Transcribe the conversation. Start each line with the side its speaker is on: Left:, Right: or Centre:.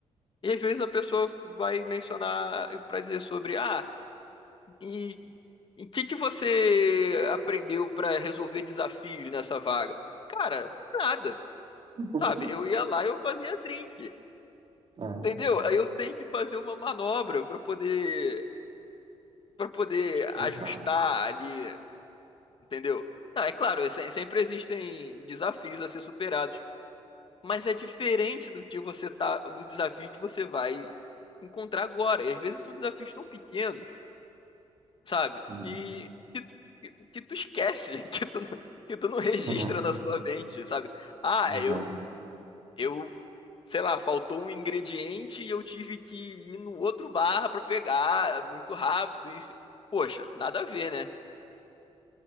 Left: E às vezes a pessoa vai mencionar para dizer sobre ah, e e o que que você aprendeu para resolver desafios nessa vaga? Cara, nada.
Right: <laughs>
Left: Sabe, eu ia lá e eu fazia drink,
Right: É,
Left: entendeu? Aí eu tenho que fazer uma manobra para poder para poder
Right: explicar.
Left: ajustar ali, entendeu? Não, é claro, é se- sempre existem desafios a ser superados, mas é diferente do que você tá do desafio que você vai encontrar agora. E às vezes são desafios tão pequenos, sabe?
Right: Hum.
Left: Que que, que tu esquece, <laughs> que tu não, que tu não registra
Right: <laughs>
Left: na sua mente, sabe? Ah,
Right: Exato.
Left: eu eu, sei lá, faltou um ingrediente e eu tive que ir no outro bar pra pegar muito rápido. E, poxa, nada a ver, né?